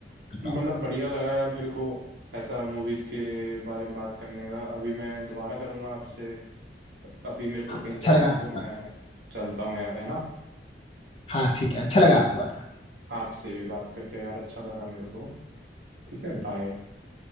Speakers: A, on the left; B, on the right.
A: करता
B: मतलब
A: हूँ
B: बढ़िया लगा यार मेरे को ऐसा मूवीज के बारे में बात करने का अभी मैं दोबारा करूंगा आपसे अभी मेरे को
A: हाँ,
B: कहीं
A: अच्छा
B: जाना
A: लगा
B: है
A: आपसे
B: तो मैं
A: बात
B: चलता हूँ यार है ना
A: हाँ ठीक है अच्छा लगा आपसे बात करके
B: आपसे भी बात करके यार अच्छा लगा मेरे को ठीक है बाय